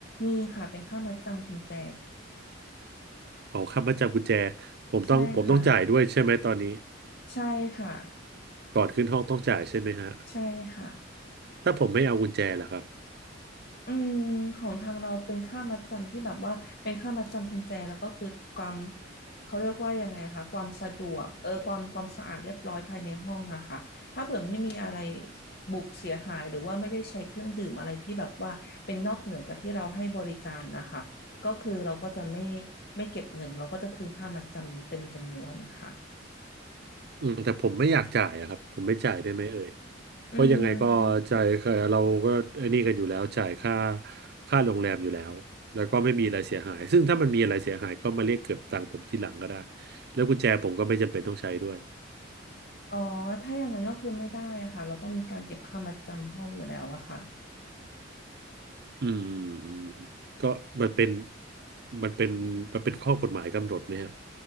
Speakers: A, on the left; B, on the right.
A: มีค่ะเป็นค่ามัดจำคุณแจ
B: เอาค่ามัดจำกุญแจผมต้องผมต้องจ่ายด้วยใช่ไหมตอนนี้
A: ใช่ค่ะใช่ค่ะ
B: ก่อนขึ้นห้องต้องจ่ายใช่ไหมฮะ
A: ใช่ค่ะ
B: ถ้าผมไม่เอากุญแจล่ะครับ
A: อืมของทางเราเป็นค่ามัดจำที่แบบว่าเป็นค่ามัดจำกุญแจแล้วก็คือความเขาเรียกว่ายังไงคะความสะดวกเออความความสะอาดเรียบร้อยภายในห้องอะค่ะถ้าเผื่อไม่มีอะไรบุบเสียหายหรือว่าไม่ได้ใช้เครื่องดื่มอะไรที่แบบว่าเป็นนอกเหนือจากที่เราให้บริการนะคะก็คือเราก็จะไม่ไม่เก็บเงินเราก็จะคืนค่ามัดจำนี้เต็มจำนวนค่ะ
B: อืมแต่ผมไม่อยากจ่ายอะครับผมไม่จ่ายได้ไหมเอ่ยเพราะยังไงก็จ่ายเอ่อเราก็ไอ้นี่กันอยู่แล้วจ่ายค่า
A: อืม
B: ค่าโรงแรมอยู่แล้วแล้วก็ไม่มีอะไรเสียหายซึ่งถ้ามันมีอะไรเสียหายก็มาเรียกเก็บตังค์ผมทีหลังก็ได้แล้วกุญแจผมก็ไม่จำเป็นต้องใช้ด้วย
A: อ๋อถ้าอย่างนั้นก็คือไม่ได้อะค่ะเราต้องมีการเก็บค่ามัดจำห้องอยู่แล้วอะค่ะ
B: อืมอืมก็มันเป็นมันเป็นมันเป็นข้อกฎหมายกำหนดไหมฮะ